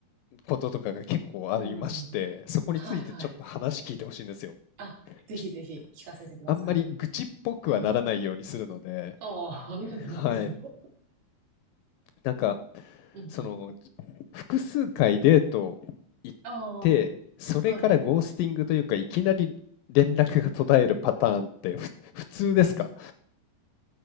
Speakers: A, on the left; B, on the right.
A: こととかが結構ありまして、
B: うんうんうん。
A: そこについてちょっと話聞いてほしいんですよ。
B: はいはい。あ、ぜひぜひ聞かせてください。
A: ちあんまり愚痴っぽくはならないようにするので、
B: うん。ああ、なんでもいいよ。
A: はい。なんか、
B: うんうん。
A: その複数回デート行ってそれからゴースティングというかいきなり連絡が途絶えるパターンってふ普通ですか
B: ああ、はい。